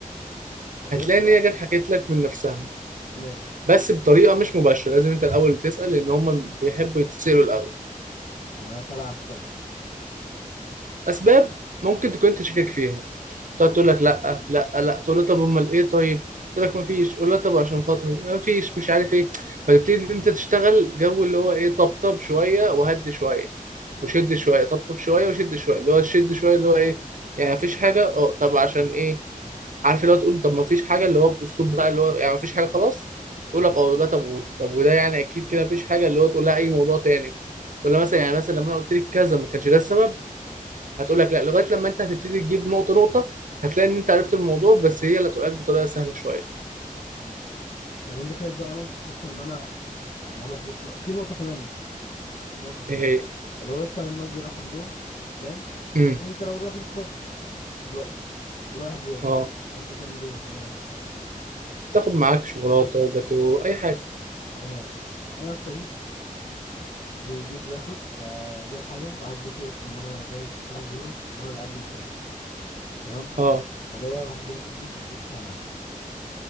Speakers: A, on the left; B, on the right.
A: طب
B: هتلاقي
A: يا اسطى
B: ان هي جت حكيت لك من نفسها
A: ماشي
B: بس بطريقه مش مباشره لازم انت الاول تسال لان هم بيحبوا يتسالوا الاول
A: يعني اسال على السبب
B: اسباب ممكن تكون انت شاكك فيها تقعد تقول لك لا لا لا تقول لها طب امال ايه طيب تقول لك ما فيش قول لها طب عشان خاطري ما فيش مش عارف ايه فتبتدي انت تشتغل جو اللي هو ايه طبطب شويه وهدي شويه وشد شويه طبطب شويه وشد شويه اللي هو شد شويه اللي هو ايه يعني مفيش حاجه اه طب عشان ايه عارف اللي هو تقول طب ما فيش حاجه اللي هو باسلوب بقى اللي هو يعني ما فيش حاجه خلاص تقول لك اه لا طب و- طب وده يعني اكيد كده ما فيش حاجه اللي هو تقول لها اي موضوع تاني ولا مثلا يعني مثلا لما انا قلت لك كذا ما كانش ده السبب هتقول لك لا لغايه لما انت هتبتدي تجيب نقطه نقطه هتلاقي ان انت عرفت الموضوع بس هي اللي هتقول لك بطريقه سهله شويه
A: امم طب انت شايف بقى نقطه يا اسطى ان انا اما اروح بكره في نقطه كمان يا اسطى في نقطه كمان
B: ايه هي
A: اللي هو يا اسطى لما اجي رايح عندهم فاهم فالمفروض
B: امم
A: انت لو راجل خاطب دلوقتي ورايح زياره
B: اه
A: انت تعمل ايه وانت رايح
B: تاخد معاك شوكولاته جاتو اي حاجه
A: تمام انا يا اسطى جيت جي- جيت باخد فجايب حاجه راحت جت يا اسطى المره وانا جاي كنت رايح زياره المره اللي قبل اللي فاتت تمام
B: اه
A: فجايه راحت جايه تقول لي ما تجيبش حاجه معايا